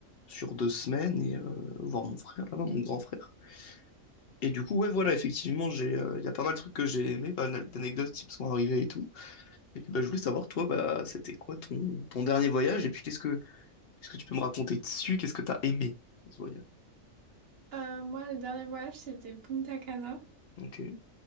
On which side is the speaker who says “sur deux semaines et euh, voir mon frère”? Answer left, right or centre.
Left